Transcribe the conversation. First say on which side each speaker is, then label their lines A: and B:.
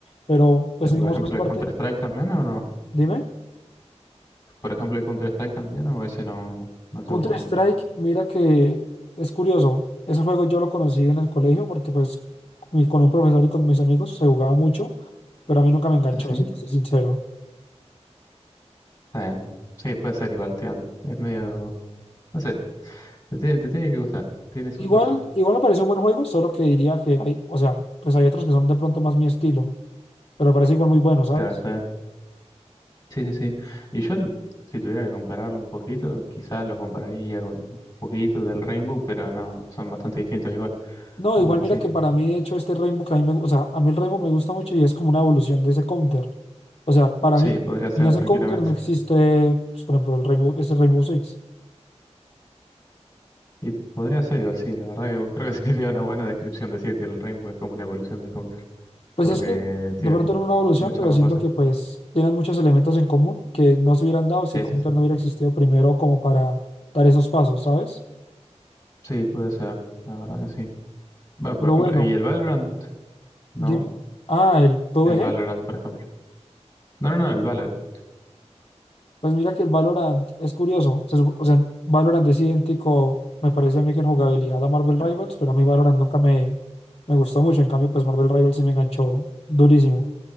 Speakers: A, on the left (about 55°); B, on the left (about 25°).
A: Pero pues
B: Ya,
A: digamos
B: Por ejemplo,
A: más aparte,
B: el Counter-Strike también, ¿o no?
A: dime,
B: Por ejemplo, el Counter-Strike también, ¿o ese no, no te
A: Counter-Strike,
B: gusta mucho?
A: mira que es curioso, ese juego yo lo conocí en el colegio porque pues mi- con un profesor y con mis amigos se jugaba mucho, pero a mí nunca me enganchó,
B: ¿Ah, sí?
A: si te soy sincero.
B: Está bien. Sí, puede ser igual, tío. Es medio... No sé, te tiene, te tiene que gustar, tiene sus
A: Igual,
B: cosas.
A: igual me parece un buen juego, solo que diría que hay, o sea, pues hay otros que son de pronto más mi estilo. pero me parece igual muy bueno, ¿sabes?
B: Claro, está bien. Sí, sí, sí. Y yo, l- si tuviera que compararlo un poquito, quizás lo compararía con un poquito del Rainbow, pero no, son bastante distintos igual,
A: No,
B: aún
A: igual
B: así.
A: mira que para mí, de hecho, este Rainbow que a mí me, gu- o sea, a mí el Rainbow me gusta mucho y es como una evolución de ese counter. O sea, para
B: Sí,
A: mí,
B: podría ser
A: sin ese
B: tranquilamente.
A: counter no existe, pues, por ejemplo, el Rainbow, ese Rainbow Six.
B: Y podría ser igual, sí, la verdad que creo que <laughs> sería una buena descripción decir que el Rainbow es como una evolución del Counter.
A: Pues
B: porque
A: es que de
B: tiene
A: pronto
B: mu-
A: era una evolución,
B: muchas
A: pero
B: más
A: siento
B: cosas.
A: que pues tienen muchos elementos en común que no se hubieran dado
B: Sí,
A: si counter
B: sí, sí.
A: no hubiera existido primero como para dar esos pasos, ¿sabes?
B: Sí, puede ser, la verdad que sí. Bueno,
A: Pero
B: por ejemplo,
A: bueno,
B: ¿y el Valorant? No,
A: dime, ah, el P V
B: el
A: G
B: Valorant, por ejemplo. No, no, no, el Valorant.
A: Pues mira que el Valorant es curioso. se supo- o sea, Valorant es idéntico, me parece a mí que en jugabilidad a Marvel Rivals,
B: Ah,
A: pero a mí Valorant nunca me, me gustó mucho. En cambio, pues Marvel Rivals sí me enganchó durísimo.